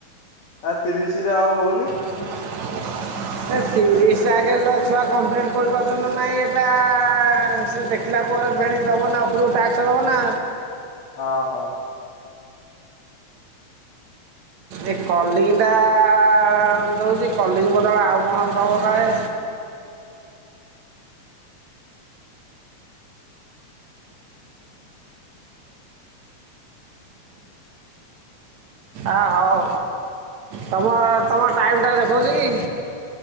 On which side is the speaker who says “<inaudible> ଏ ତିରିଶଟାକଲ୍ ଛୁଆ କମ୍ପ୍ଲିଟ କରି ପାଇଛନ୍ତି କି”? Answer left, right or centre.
Right